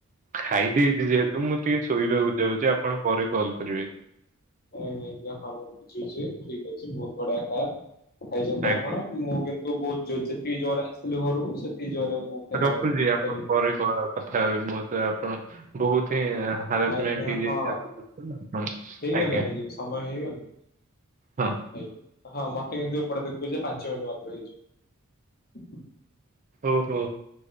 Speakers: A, on the right; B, on the left.
A: ଖାଇ ଦେଇଛି ଯେହେତୁ ମୁଁ ଟିକେ ଶୋଇବାକୁ ଯାଉଛି ଆପଣ ପରେ କଲ୍ କରିବେ
B: ଆଜ୍ଞା ଆଜ୍ଞା ହଁ ମୁଁ ବୁଝୁଛି ଠିକ୍ ଅଛି ବହୁତ୍ ବଢିଆ ଟା କହିଛନ୍ତି
A: ଆଜ୍ଞା।
B: ଆପଣ ମୁଁ କିନ୍ ତ ବହୁତ୍ ଜୋ ଯେତିକି ଜୋରରେ ଆସିଲି ଘରକୁ ସେତିକି ଜୋରରେ ମୁଁ ଫେରେ
A: ରଖୁଛି ଆପଣ
B: ଫେରିଗଲି
A: ପରେ କ କଥା ହେବେ ମତେ ଆପଣ ବହୁତ୍ ହିଁ ହା ହାରସମେଣ୍ଟ
B: ଆଜ୍ଞା
A: ହେଇଯାଇଛି
B: ହଁ
A: <unintelligible>
B: ହେଇଗଲାଣି
A: ଆଜ୍ଞା।
B: କି ସମୟ ହେଇଗଲି
A: ହଁ।
B: ହେଇ- ହଁ ମତେ କିନ୍ତୁ ଏପଟେ ଦେଖି ବେ ଯେ ପାଞ୍ଚ ମିଣ୍ଟି ମାତ୍ର ହେଇଛି।
A: ଓହୋ